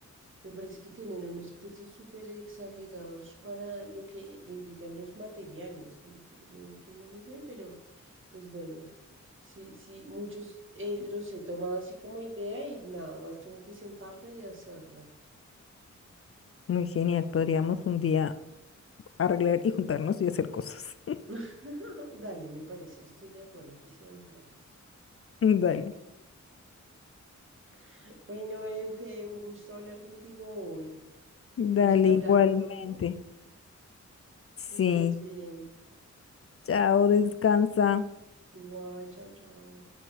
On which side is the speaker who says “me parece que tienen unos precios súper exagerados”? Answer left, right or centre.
Right